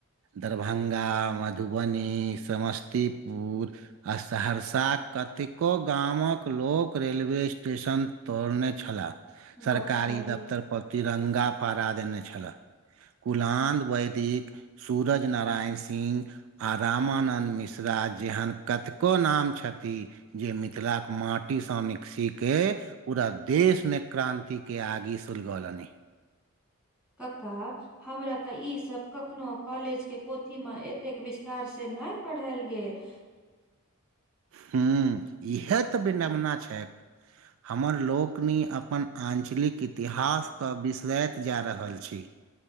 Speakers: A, on the right (about 65°); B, in the centre.
A: दरभंगा मधुबनी समस्तीपुर आ सहरसाक कतेको गामक लोक रेलवे स्टेशन तोड़ने छलाह सरकारी
B: बाप रे
A: दफ्तर पर तिरंगा फहरा देने छलह कुलान वैदिक सूरज नारायण सिंह आ रामानन्द मिश्रा जेहन कतको नाम छथिन जे मिथिलाक माटीसँ निक्सीके पूरा देश मे क्रान्तिक के आगे सुलगलनि
B: कका हमरा तऽ ई सब कखनो कॉलेज के पोथी मे एत एतेक विस्तार से नहि पढाल गेल
A: हू इएह तऽ बिडमना छै हमर लोकनी अपन आञ्चलिक इतिहासकेँ बिसरैत जा रहल छै